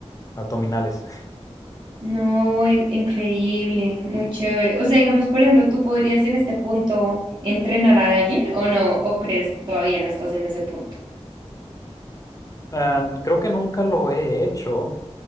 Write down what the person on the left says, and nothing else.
abdominales.
Ah, creo que nunca lo he hecho,